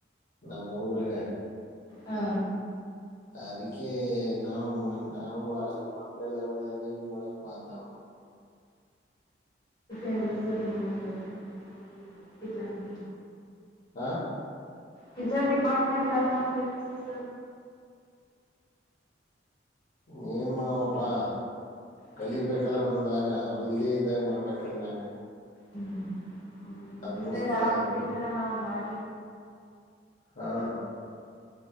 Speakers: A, on the left; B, on the left.
A: ನಮ್ಮ್ ಹುಡುಗರ್ಗ
B: ಹಾ
A: ಅದಕ್ಕೆ ನಾವ್ ನಾ ನ ಮಕ್ಳೆಲ್ಲ ನೀವು ಮಾಡಪ್ಪ ಅಂತಾವ
B: ೇಮಸ್ ನೀ ಅದ್ರೆ ಕಿಚನ್ <inaudible>
A: ಹಾ
B: ಚ ಡಡಿಪಾರ್ಟ್ಮೆಂಟ್ ಗತಾನಫೇಮಸ್ ಅ
A: ನೀನು ಮಾಮಪ್ಪಾ
B: ಹ್ಮ್
A: ಕಲಿಬೇಕಲ್ಲ ಒಂದಂದಾಗ ಅವ್ರು ಇಲ್ಲದೇ ಇದಾಗ ಮಾಡ್ಬೇಕಲ್ಲ ನಾವ
B: ಹ್ಮ್ ಹ್ಮ್
A: ಅದಕ್ಕೋಸ್ಕರ
B: ಡಿಸೈಡ್ ಆಗ್ಬಿಟ್ಟಿದ್ದೀರಾ
A: ಎಲ್ಲ ಕಲ್ತ್ರಿ
B: ನಾವ್ ಮಾಡ
A: ಹಾ